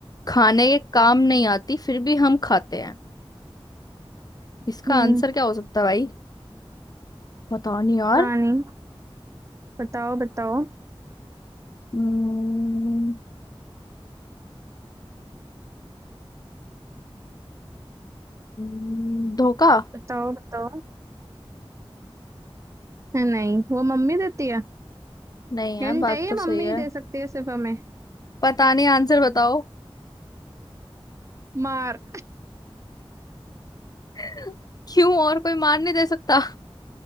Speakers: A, on the left (about 40°); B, on the right (about 30°).
A: खाने के काम नहीं आती फिर भी हम खाते हैं इसका
B: हम्म
A: आंसर क्या हो सकता है भाई पता नहीं यार
B: कहानी बताओ बताओ
A: हम्म, हम्म, धोखा
B: बताओ बताओ नहीं वो मम्मी देती है
A: नहीं यार
B: हिंट
A: बात
B: है ये
A: तो सही
B: मम्मी
A: है
B: ही दे सकती है सिर्फ हमें
A: पता नहीं आंसर बताओ
B: मार
A: <laughs> क्यों और कोई मान नहीं दे सकता